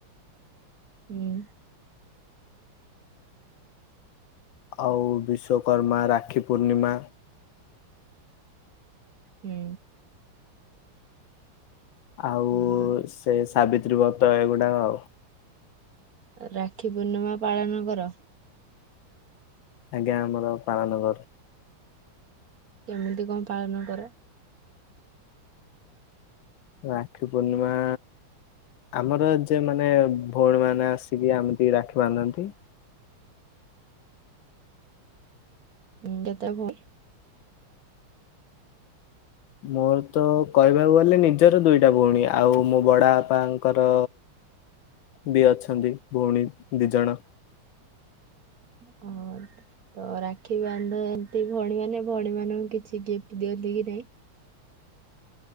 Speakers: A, on the right; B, on the left.
A: ହୁଁ
B: ଆଉ ବିଶ୍ଵକର୍ମା, ରାକ୍ଷୀ ପୂର୍ଣ୍ଣିମା
A: ହୁଁ
B: ଆଉ
A: ହଁ
B: ସେ ସାବିତ୍ରୀ ବ୍ରତ ଏଗୁଡା ଆଉ
A: ରାକ୍ଷୀ ପୂର୍ଣ୍ଣିମା ପାଳନ କର
B: ଆଜ୍ଞା ଆମର ପାଳନ କରୁ
A: କେମିତି କଣ ପାଳନ କର?
B: ରାକ୍ଷୀ ପୂର୍ଣ୍ଣିମା ଆମର ଯେ ମାନେ ଭଉଣୀ ମାନେ ଆସିକି ଆମିତି ରାକ୍ଷୀ ବାନ୍ଧନ୍ତି
A: ହ କେତ ଭଉଣି
B: ମୋର ତ କହିବାକୁ ଗଲେ ନିଜର ଦୁଇଟା ଭଉଣୀ ଆଉ ମୋ ବଡ ବାପାଙ୍କର
A: <inaudible>
B: ବି ଅଛନ୍ତି ଭଉଣି ଦି ଜଣ।
A: ଅ ତ ରାକ୍ଷୀ ବାନ୍ଧ ଏନ୍ତି ଭଉଣୀ ମାନେ ଭଉଣୀ ମାନଙ୍କୁ କିଛି ଗିଫ୍ଟ ଦିଅନ୍ତି କି ନାଇଁ?